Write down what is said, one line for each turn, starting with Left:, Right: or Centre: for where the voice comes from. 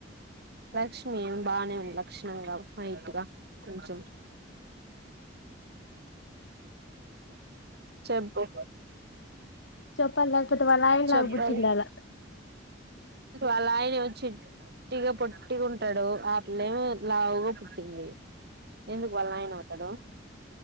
Right: లక్ష్మీం బానే లక్షణంగా వైట్గా కొంచం చెప్పు
Left: చెప్పాలి లేకపోతే వాళ్ళ ఆయన
Right: చెప్పాలి
Left: లాగా పుట్టిండాల
Right: వాళ్ళయనే వచ్చి ట్టిగా పొట్టిగా ఉంటాడు ఆపిల్లేమి లావుగా పుట్టింది ఎందుకు వల నైనా ఉతడు